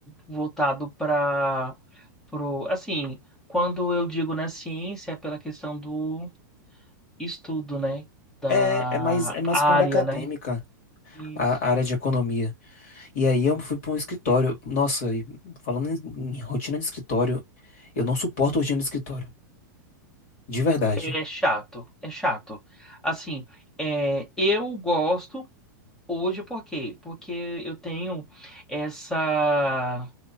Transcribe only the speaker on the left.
É, é mais, é mais
pra área acadêmica,
a, a área de economia. E aí eu fui pra um escritório. Nossa, e falando em, em rotina de escritório, eu não suporto rotina de escritório. De verdade.